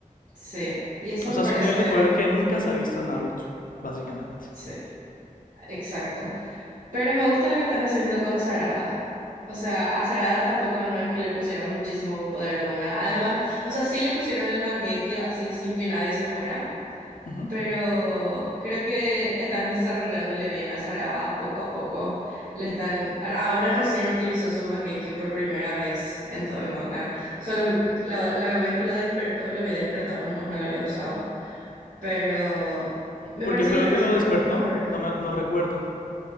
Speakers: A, on the right; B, on the left.
A: sí. Y eso
B: O
A: me
B: sea,
A: parece,
B: es un nivel de poder que nunca se ha visto en Naruto, básicamente.
A: sí, exacto. Pero me gusta lo que están haciendo con Sarada. O sea, a Sarada tampoco no es que le pusieron muchísimo poder de una. Además, o sea, sí le pusieron el Mangekyo así sin que nadie se muera.
B: Ujú.
A: pero creo que están desarrollándole bien a Sarada poco a poco. Le están, a- ahora recién utilizó su Mangekyo por primera vez en todo el manga. Solo, la, la vez que lo despertó, lo había despertado nomás, no lo había usado. Pero me
B: Porque
A: parece
B: fue
A: que están
B: lo que
A: haciendo
B: lo despertó,
A: un mejor,
B: no, me- no recuerdo.